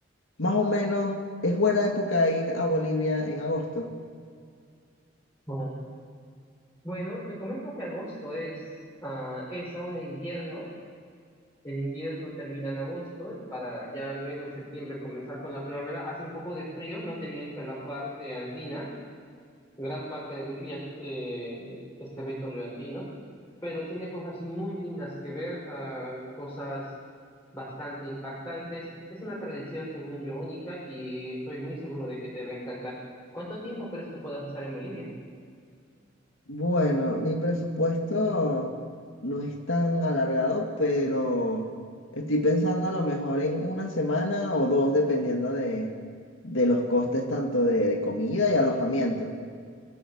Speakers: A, on the left; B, on the left.
A: más o menos, ¿es buena época ir a Bolivia en agosto?
B: Ah, Bueno, te comento que agosto es, ah, es aún el invierno. El invierno termina en agosto para ya luego en septiembre comenzar con la primavera. Hace un poco de frío, no te miento, en la parte andina, gran parte de Bolivia eh, es territorio andino, pero tiene cosas muy lindas que ver, ah, cosas bastante impactantes. Es una tradición, según yo, única y estoy muy seguro de que te va a encantar. ¿Cuánto tiempo crees que puedas estar en Bolivia?
A: Bueno, mi presupuesto no es tan alargado, pero estoy pensando a lo mejor en una semana o dos, dependiendo de, de los costes tanto de, de comida y alojamiento.